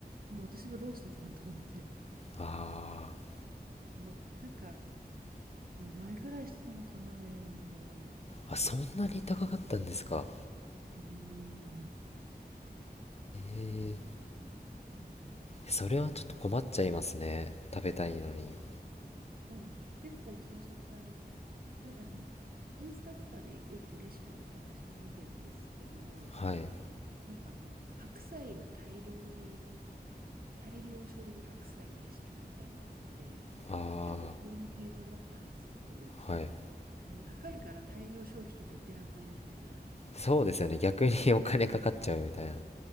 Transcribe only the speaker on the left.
ああー
あそんなに高かったんですか
えー、それはちょっと困っちゃいますね食べたいのに
はい
あ
あはい
そうですよね逆に <laughs> お金かかっちゃうみたい